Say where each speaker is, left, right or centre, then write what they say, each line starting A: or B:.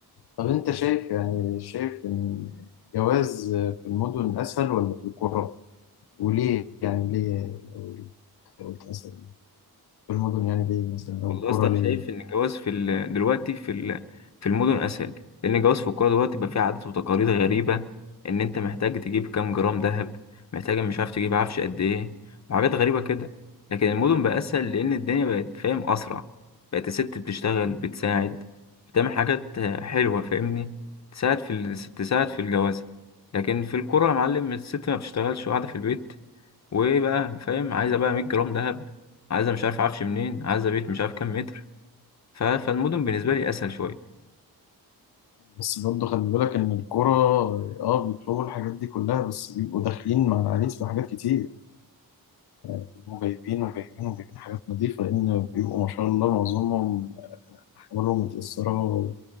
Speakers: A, on the left; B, on the left.
A: طب أنت شايف يعني شايف إن جواز في المدن أسهل ولا في القرى وليه يعني ليه لو قلت مثلا المدن يعني ليه مثلا او
B: والله
A: الكرة
B: اصلا
A: ليه
B: شايف ان الجواز في ال... دلوقتي في ال... في المدن اسهل لان الجواز في القرى دلوقتي بقى فيه عادات وتقاليد غريبه ان انت محتاج تجيب كام جرام ذهب محتاج مش عارف تجيب عفش قد ايه وحاجات غريبه كده لكن المدن بقى اسهل لان الدنيا بقت فاهم اسرع بقت الست بتشتغل بتساعد بتعمل حاجات حلوه فاهمني تساعد في ال... تساعد في الجواز لكن في القرى يا معلم الست ما بتشتغلش وقاعده في البيت وايه بقى فاهم عايزه بقى 100 جرام ذهب عايزه مش عارف عفش منين عايزه بيت مش عارف كام متر ف... فالمدن بالنسبه لي اسهل شويه
A: بس برضه خلي بالك ان الكرة اه بيطلبوا الحاجات دي كلها بس بيبقوا داخلين مع العريس بحاجات كتير بيبقوا جايبين وجايبين وجايبين حاجات نظيفة لان بيبقوا ما شاء الله معظمهم احوالهم متأثرة